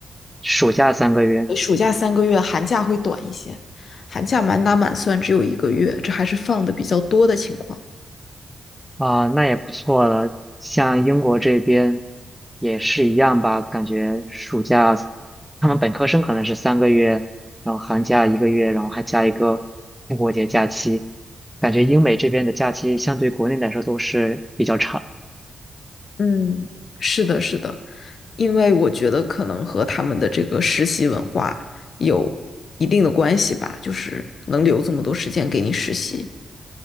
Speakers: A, in the centre; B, on the left.
A: 暑假三个月。
B: 暑假三个月，寒假会短一些，寒假满打满算只有一个月，这还是放的比较多的情况。
A: 啊，那也不错了。像英国这边也是一样吧，感觉暑假他们本科生可能是三个月，然后寒假一个月，然后还加一个复活节假期。感觉英美这边的假期相对国内来说都是比较长
B: 嗯是的，是的，因为我觉得可能和他们的这个实习文化有一定的关系吧，就是能留这么多时间给你实习。